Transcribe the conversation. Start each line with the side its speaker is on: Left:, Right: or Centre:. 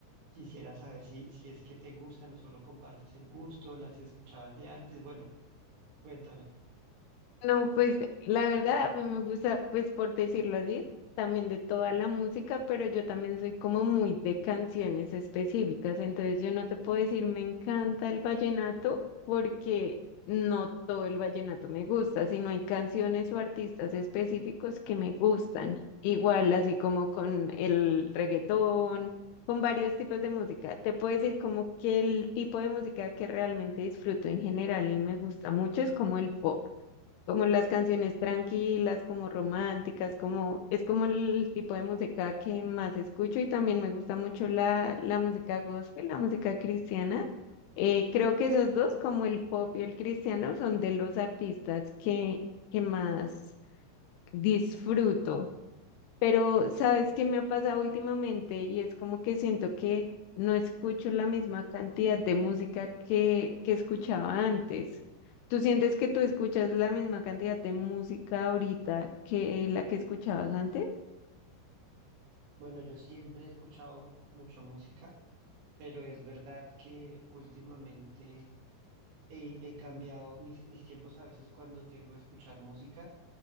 Right: quisiera saber si, si es que te gusta, no solo compartes el gusto, las escuchabas de antes. Bueno, cuéntame.
Left: No, pues la verdad, a mí me gusta, pues por decirlo así, también de toda la música, pero yo también soy como muy de canciones específicas, entonces yo no te puedo decir me encanta el vallenato porque no todo el vallenato me gusta, sino hay canciones o artistas específicos que me gustan, igual así como con el reggaetón, con varios tipos de música. Te puedo decir como que el tipo de música que realmente disfruto en general y me gusta mucho es como el pop como las canciones tranquilas, como románticas, como es como el tipo de música que más escucho y también me gusta mucho la, la música gospel, la música cristiana. Eh, creo que esos dos, como el pop y el cristiano, son de los artistas que, que más disfruto. Pero, ¿sabes qué me ha pasado últimamente? Y es como que siento que no escucho la misma cantidad de música que, que escuchaba antes. ¿Tú sientes que tú escuchas la misma cantidad de música ahorita que la que escuchabas antes?
Right: Bueno, yo siempre he escuchado mucha música, pero es verdad que últimamente he, he cambiado mis, mis tiempos a veces cuando tengo que escuchar música